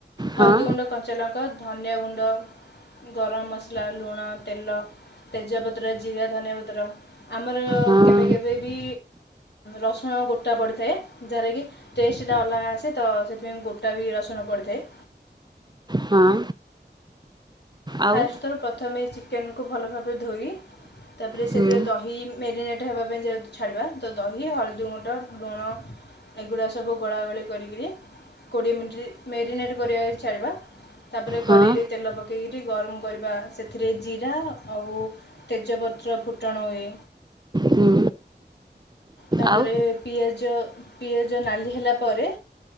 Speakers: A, on the left; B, on the right.
A: ହଲଦୀ
B: ହଁ
A: ଗୁଣ୍ଡ କ ତେଲ ଧନିଆ ଗୁଣ୍ଡ ଗରମ ମସଲା ଲୁଣ ତେଲ ତେଜପତ୍ର ଜିରା ଧନିଆ ପତ୍ର ଆମର
B: ହଁ
A: କେବେ କେବେ ବି ରସୁଣ ଗୋଟା ପଡ଼ିଥାଏ ଯାହାରକି ଟେଷ୍ଟଟା ଅଲଗା ଆସେ ତ ସେଥିପାଇଁ ଗୋଟା ବି ରସୁଣ ପଡ଼ିଥାଏ।
B: ହଁ ଆଉ
A: ଫାଷ୍ଟଥର ପ୍ର ପ୍ରଥମେ ଚିକେନକୁ ଭଲ ଭାବରେ ଧୋଇ ତାପରେ ସେଥିରେ
B: ହୁଁ
A: ଦହି ମ୍ୟାରିନେଟ୍ ହେବା ପାଇଁ ଯେହେତୁ ଛାଡ଼ିବା ତ ଦହି ହଳଦୀ ଗୁଣ୍ଡ ଲୁଣ ଏଗୁଡ଼ା ସବୁ ଗୋଳାଗୋଳି କରିକିରି କୋଡ଼ିଏ ମିନିଟ୍ ମ୍ୟାରିନେଟ୍ କରିବା ଛାଡ଼ିବା ତାପରେ
B: ହଁ
A: କଡ଼େଇରେ ତେଲ ପକେଇ। ଗରମ କରିବା ସେଥିରେ ଜିରା ଆଉ ତେଜପତ୍ର ଫୁଟଣ ହୁଏ।
B: ହୁଁ
A: ତାପରେ
B: ଆଉ
A: ପିଆଜ। ପିଆଜ ପିଆଜ ନାଲି ହେଲା ପରେ